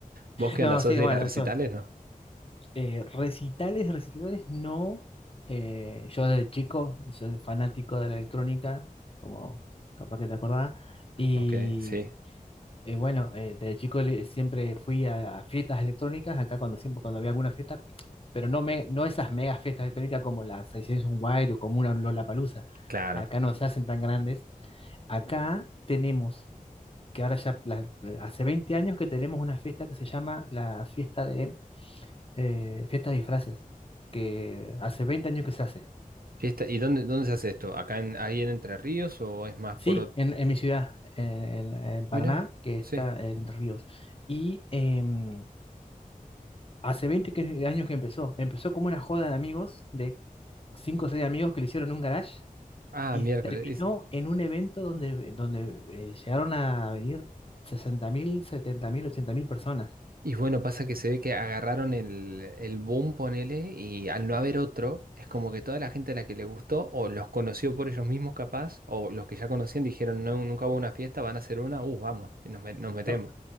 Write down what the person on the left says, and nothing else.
No,
sí,
bueno,
esto,
eh, recitales, recitales, no. Eh, yo desde chico soy fanático de la electrónica, como capaz que te acordás, y
Eh, bueno, eh, de chico le- siempre fui a, a fiestas electrónicas, acá cuando siempre cuando había alguna fiesta, pero no, me, no esas mega fiestas electrónicas como las 600 wild o como una Lollapalooza.
Acá no se hacen tan grandes. Acá tenemos, que ahora ya la- hace 20 años que tenemos una fiesta que se llama la fiesta de eh, fiesta de disfraces, que hace 20 años que se hace.
Sí,
en, en mi ciudad, en, en- en Paraná,
que está
en Entre Ríos. Y em, Hace veinte que- años que empezó. Empezó como una joda de amigos, de 5 o 6 amigos que le hicieron un garage
y
terminó en un evento donde, donde eh, llegaron a venir sesenta mil, setenta mil, ochenta mil personas.
No,